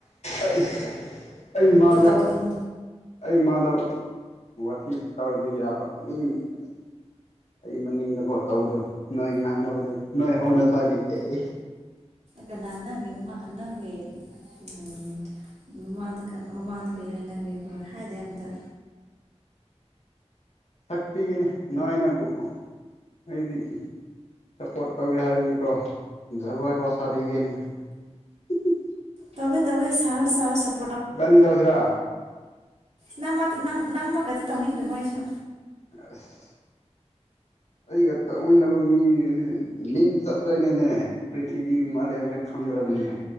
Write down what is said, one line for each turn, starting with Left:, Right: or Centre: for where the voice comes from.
Left: ꯑꯩ ꯑꯩ ꯏꯃꯥꯡꯗ
Right: ꯇꯧꯔꯒꯅꯨ
Left: ꯑꯩ ꯏꯃꯥꯗꯣ ꯋꯥꯊꯤ ꯇꯧꯔꯗꯤ ꯌꯥꯕ ꯃꯤ ꯑꯁ ꯑꯩ ꯃꯅꯤꯡꯗꯀꯣ ꯇꯧꯕꯗꯣ ꯅꯣꯏ ꯉꯥꯡꯅꯕꯗꯣ ꯅꯣꯏ ꯍꯧꯅꯁꯥꯥꯒꯤ ꯑꯦ
Right: ꯀꯅꯥ ꯅꯪꯒꯤ ꯅꯃꯥ ꯅꯪꯒꯤ ꯎꯝ ꯎꯝ ꯃꯥꯡꯗ ꯀ ꯃꯃꯥꯡꯗ ꯀ꯭ꯔꯤ ꯍꯥꯏꯅꯒꯦ ꯑꯈꯣꯏ ꯍꯥꯏꯗꯦ ꯑꯝꯇ
Left: ꯁꯛꯄꯤꯒꯦꯅꯦ ꯅꯣꯏꯅꯕꯨ ꯍꯥꯏꯗꯤ ꯁꯄꯣꯔꯠ ꯇꯧꯒꯦ ꯍꯥꯏꯔꯗꯤꯀꯣ ꯖꯒꯣꯏ ꯐꯥꯎ ꯁꯥꯕꯤꯒꯦꯅꯤ ꯍꯤ ꯍꯤ
Right: ꯇꯧꯒꯦ ꯇꯧꯒꯦ ꯁꯥꯔꯣ ꯁꯥꯔꯣ ꯁꯞ
Left: ꯏꯕꯥꯅꯤ ꯇꯧꯁꯤꯔꯥ
Right: ꯅꯪꯃꯛꯇꯤ ꯅꯪ ꯅꯪ ꯃꯛꯀꯗꯤ ꯇꯧꯅꯤꯡꯗꯕ ꯑꯩꯁꯨ
Left: ꯑꯁ ꯑꯩꯒ ꯇꯧꯃꯤꯟꯅꯕ ꯃꯤ ꯃꯤꯡ ꯆꯠꯇꯣꯏꯅꯦꯅꯦ ꯄ꯭ꯔꯤꯊꯤꯕꯤ ꯃꯥꯂꯦꯝꯖꯦ ꯈꯪꯒꯗꯕꯅꯤꯅꯦ